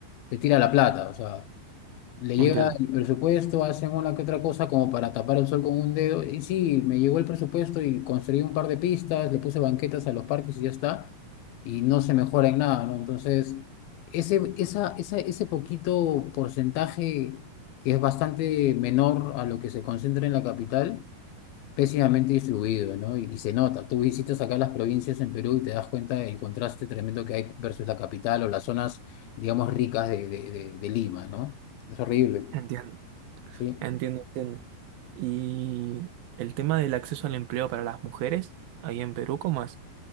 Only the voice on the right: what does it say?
Entiendo,
entiendo,
entiendo, entiendo. Y el tema del acceso al empleo para las mujeres, ahí en Perú, ¿cómo es?